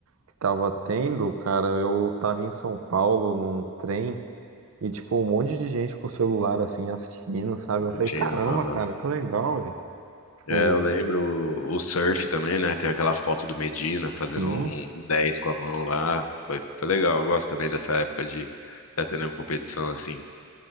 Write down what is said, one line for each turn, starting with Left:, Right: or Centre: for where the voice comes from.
Right: que tava tendo, cara, eu tava em São Paulo num trem. E, tipo, um monte de gente com o celular, assim, assistindo, sabe?
Left: assistindo.
Right: Eu falei, caramba,
Left: aham.
Right: cara, que legal, velho. Tipo,
Left: É, eu lembro o, o surf também, né? Tem aquela foto do Medina fazendo
Right: sim,
Left: um 10 com a mão lá. Foi, foi legal. Eu gosto também dessa época de estar tendo competição assim.